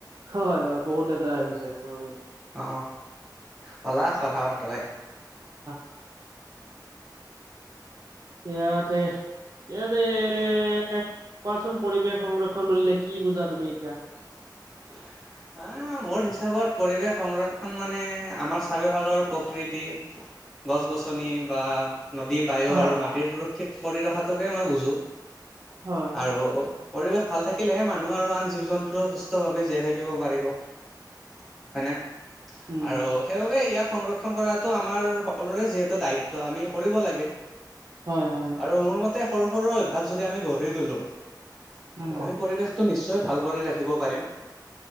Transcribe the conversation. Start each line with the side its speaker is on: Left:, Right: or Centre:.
Right: হয় হয় হয় বহুত লেতেৰা হৈ গৈছে উ
Centre: অ বলা কথা পাতো এ
Right: অহ এয়াতে এয়াতে কোৱাচোন পৰিৱেশ সংৰক্ষণ বুলিলে কি বুজা তুমি এতিয়া?
Centre: <unintelligible> হা মোৰ হিচাপত পৰিৱেশ সংৰক্ষণ মানে আমাৰ চাৰিওফালৰ প্ৰকৃতি
Right: <inaudible>
Centre: গছ গছনি বা নদী বায়ু
Right: হয়
Centre: আৰু মাটিৰ সুৰক্ষিত কৰি ৰখাটোকে মই বুজো
Right: হয়
Centre: আৰু পৰিৱেশ ভাল থাকিলেহে মানুহ আৰু আন জীৱ জন্তুও সুস্থভাৱে জীয়াই থাকিব পাৰিব হয় না
Right: উম
Centre: আৰু সেইবাবে ইয়াক সংৰক্ষণ কৰাতো আমাৰ সকলোৰে যিহেতু দায়িত্ব আমি কৰিব লাগে
Right: হয় হয়
Centre: আৰু মোৰ মতে সৰু সৰু অভ্যাস যদি আমি গঢ়ি তুলো আমি
Right: উম
Centre: পৰিৱেশটো নিশ্চয় ভাল কৰি ৰাখিব পাৰিম